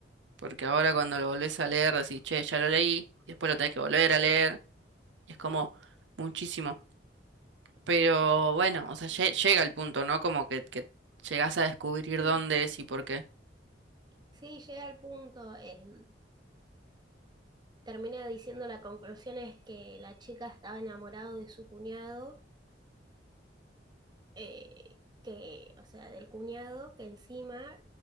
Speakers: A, on the right (about 80°); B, on the right (about 25°).
A: porque ahora cuando lo volvés a leer decís, che, ya lo leí, y después lo tenés que volver a leer, y es como muchísimo. Pero bueno, o sea, lle- llega el punto, ¿no? Como que, que llegás a descubrir
B: Sí,
A: dónde es y por qué.
B: sí, llegué al punto. eh, termina diciendo la conclusión es que la chica estaba enamorada de su cuñado eh, que, o sea, del cuñado, que encima